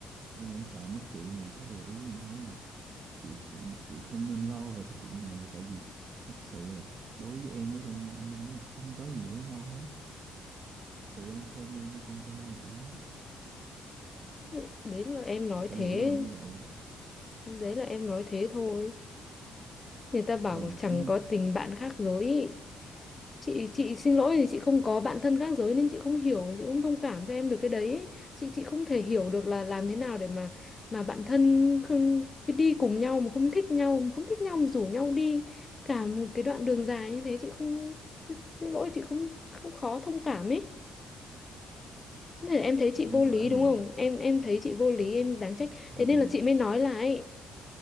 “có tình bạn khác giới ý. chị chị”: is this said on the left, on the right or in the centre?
Left